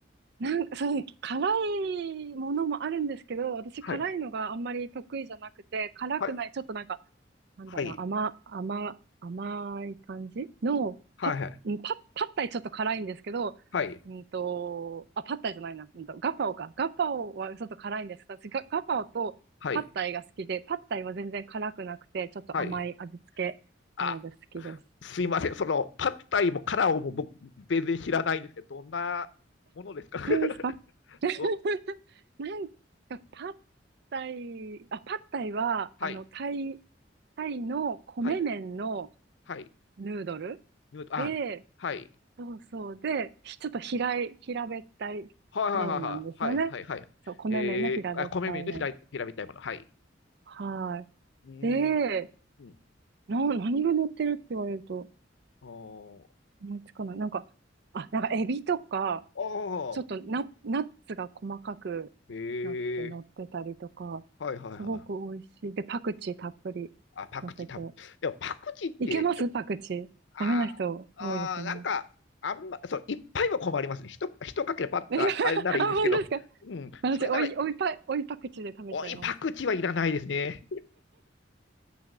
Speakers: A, on the right; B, on the left.
A: なんか、そうですね。辛いものもあるんですけど、私辛いのがあんまり得意じゃなくて、
B: はい。
A: 辛くない、
B: はい。
A: ちょっとなんかなんだろうな、
B: はい。
A: 甘、甘、甘い感じの、
B: はいはい。
A: パッ、うんパッ、パッタイちょっと辛いんですけど、
B: はい。
A: うんと、あ、パッタイじゃないな、うんと、ガパオか。ガパオはちょっと辛いんですけど私ガ、ガパオとパッタイが好きで、
B: はい。
A: パッタイは全然辛くなくて、ちょっと甘い味付けなので好きです。
B: はい。あ、すいません。その、パッタイもカラオも僕、全然知らないんですけど、どんなものですか <laughs>
A: 何ですか <laughs>
B: ど、
A: なんか、パッタイ、あ、パッタイは、
B: はい。
A: あの、タイ、タイの米麺の
B: はい。はい。
A: ヌードル
B: ヌードあ、
A: で、
B: はい。
A: そうそう。で、ひちょっと平い、平べったい麺なんですよね。
B: はいはいはいはい。はいはいはい。
A: そう、米麺の平べったい麺。
B: えー、あ、米麺の平ら平べったいもの。はい。
A: はい。
B: うーん。
A: で、
B: うん。
A: な、何が乗ってるって言われると
B: あー
A: 思いつかない。なんか、あ、なんかエビとか、
B: ああ、
A: ちょっとナ、ナッツが細かくなって乗ってたりとか、
B: へえ、はいはいはい。
A: すごく美味しい。で、パクチーたっぷり乗せて。
B: あ、パクチーたっぷり、でもパクチーって、
A: いけますパクチー。
B: ちょ、あ
A: ダメな人多いですよね。
B: ーあー、なんか、あんま、そう、いっぱいは困りますね。ひと、ひとかけらパッとああれならいいんですけど、
A: <laughs> あ、本当ですか
B: うん、
A: 私、
B: それなら、
A: おい、おいパ、おいパクチーで食べちゃいます。
B: おい、パクチーはいらないですね。